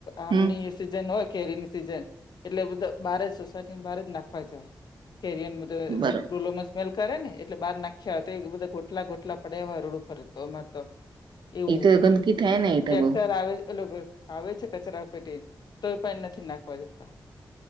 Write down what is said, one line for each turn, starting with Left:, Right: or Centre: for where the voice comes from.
Left: આમની
Right: હમ
Left: સીઝન હોય કેરીની સીઝન એટલે બધા બહાર જ સોસાયટીને બહાર જ નાખવા જાય કેરી
Right: બરો
Left: ડોલોમાં સ્મેલ કરે ને એટલે બાર નાખ્યા હોય તો બધા ગોટલા ગોટલા પડ્યા હોય રોડ ઉપર તો અમારે તો એવું
Right: એ તો
Left: હોય
Right: ગંદકી થાય ને એ તો
Left: ટ્રેક્ટર
Right: બઉ
Left: આવે આવે છે કચરા પેટી તો પા નથી નાખવા જતા